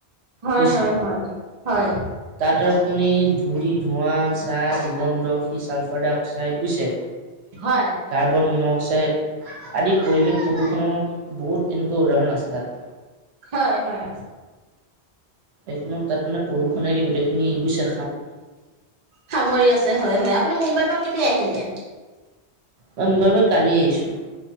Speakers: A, on the right (about 45°); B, on the right (about 75°).
A: হয়
B: বুইছে
A: হয় হয়। হয়
B: তাত আৰু আপুনি ধূলি, ধোঁৱা, চাহ দুগন্ধ সি ছালফাৰ ডাই অক্সাইড গুছে
A: হয়
B: কাৰ্বন মন অক্সাইড আদি পৰিৱেশ প্ৰদূষণৰ বহুত এনেকুৱা উদাহৰণ আছে তাত
A: হয় হয়
B: একদম তাত মানে প্ৰদূষণে কি গোটেইখিনি বুইছা
A: সামৰি আছে হয় হয় আপুনি মুম্বাইৰ পৰা কেত- তি আহিলে
B: মুম্বাই পা কালি আহিছো